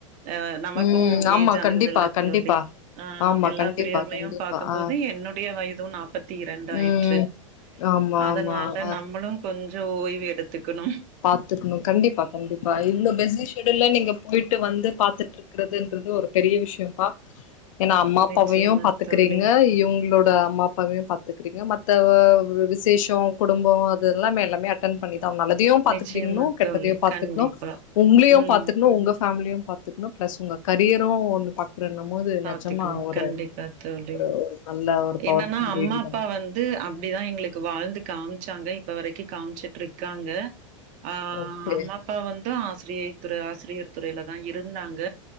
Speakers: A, on the right (about 45°); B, on the left (about 75°).
A: ஆ நமக்கு
B: ம் ஆமா
A: ஏஜ் ஆகுதல்ல
B: கண்டிப்பா கண்டிப்பா
A: தோழி ஆ
B: ஆமா
A: எல்லா
B: கண்டிப்பா
A: பெரியவர்களையு
B: கண்டிப்பா
A: பாக்கும்போது
B: ஆ
A: என்னுடைய வயது நாப்பத் த்தி ரெண்டாயிற்று
B: ம் ஆமா
A: அதனால
B: ஆமா ஆ
A: நம்மளு கொஞ்சொ ஓய்வு எடுத்துக்கணு
B: பாத்துக்ணு கண்டிப்பா கண்டிப்பா இவ்வளோ பெஸி ஷெடியூல்ல நீங்கப் வீட்டு போய்ட்டு வந்து பாத்துட்ருக்கிறதுன்றது ஒரு பெரிய விஷயம்ப்பா என்னா அம்மா அப்பாவையு
A: நிச்சயமா
B: பாத்துக்கறீங்க
A: தோழி,
B: இவுங்களோட அம்மா அப் ப்பாவ்யு பாத்துக்கிறீங்க மத்த விசேஷொ குடும்பொ அதுெல்லாம எல்லாமே ட்டன் பண்ணிதாஆவுன் நல்லதியு பாத்துக்னு
A: நிச்சயமா
B: கெட்டதயு
A: தோழி.
B: பாத்துக்ணு
A: கண்டிப்பா.
B: உங்க்ளுயு
A: ம்.
B: பாத்துக்னு ப்றொஉங்க ஃபேம்லியு பாத்துக்ணு பிளஸ் உங்க கரியரு வந்து பாக் அப்புற நம்மது
A: பார்த்துக்கணும்.
B: நஜம்மா ஒரு
A: கண்டிப்பா தோழி.
B: ஒரு ஒரு நல்ல ஒரு பவர்ஃபுல்
A: என்னன்னா அம்மா
B: வேடி
A: அப்பா
B: தான
A: வந்து அப்டிதா எங்களுக்கு வாழ்ந்து காம்ச்சாங்க இப்ப வரைக்கு காம்ச்சுட்ருக்காங்க ஆ
B: ஓகே
A: அம்மா அப்பா வந்து ஆசிரியை துறை ஆசிரியர் துறையிலதா இருந்தாங்க